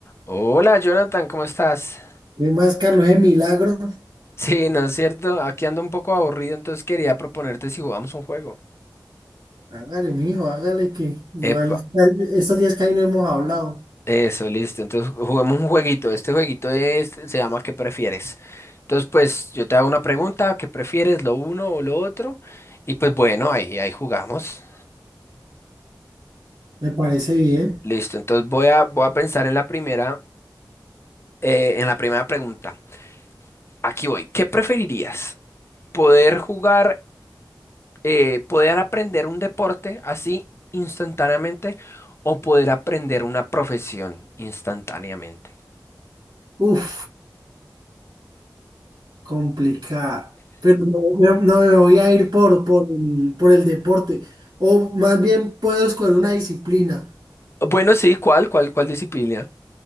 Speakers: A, on the left; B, on the right.
A: Hola Jonathan, ¿cómo estás?
B: ¿Qué más, Carlos? ¿Es milagro?
A: Sí, ¿no es cierto? Aquí ando un poco aburrido, entonces quería proponerte si jugamos un juego.
B: Hágale, mijo, hágale que igual
A: Epa,
B: estos días que ahí no hemos hablado.
A: eso, listo. Entonces juguemos un jueguito. Este jueguito es, se llama ¿Qué prefieres? Entonces, pues yo te hago una pregunta, ¿qué prefieres, lo uno o lo otro? Y pues bueno, ahí, ahí jugamos.
B: Me parece bien.
A: Listo, entonces voy a, voy a pensar en la primera, eh, en la primera pregunta. Aquí voy. ¿Qué preferirías? ¿Poder jugar eh, poder aprender un deporte así instantáneamente o poder aprender una profesión instantáneamente.
B: Uf, complicado. Pero no, no no me voy a ir por, por, el- por el deporte. O más bien puedo escoger una disciplina.
A: Bueno, sí, ¿cuál? ¿Cuál? ¿Cuál disciplina?